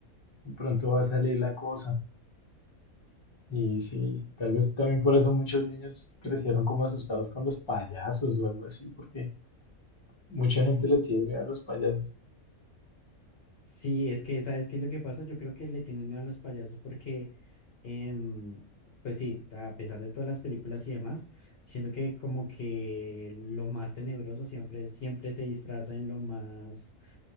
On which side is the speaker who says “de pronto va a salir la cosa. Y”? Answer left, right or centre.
Left